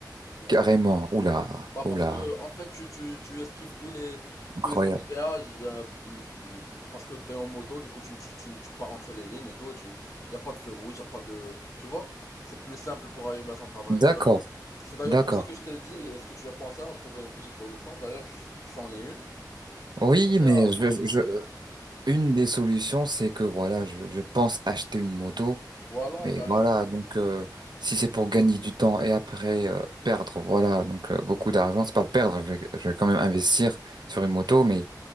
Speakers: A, on the left (about 45°); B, on the right (about 75°).
A: Ou-
B: carrément. Oula,
A: Bah
B: oula,
A: parce que en fait tu, tu, tu esquives tous les
B: incroyable.
A: tous les embouteillages euh, mm, mm, parce que t'es en moto du coup tu, tu, tu, tu pars entre les lignes et tout et tu y a pas de feu rouge y a pas de tu vois c'est plus simple pour arriver à son travail
B: D'accord,
A: c'est d'ailleurs c'est d'ailleurs
B: d'accord.
A: pour ça que je t'ai dit est-ce que tu as pensé à trouver une petite solution d'ailleurs c'en est une de
B: Oui,
A: commencer
B: mais
A: à partir
B: je,
A: en
B: je,
A: moto
B: une des solutions, c'est que voilà, je, je pense acheter une moto,
A: voilà
B: mais
A: carrément
B: voilà, donc euh, si c'est pour gagner du temps et après euh, perdre, voilà, donc euh, beaucoup d'argent, c'est pas perdre, je vais, je vais quand même investir sur une moto, mais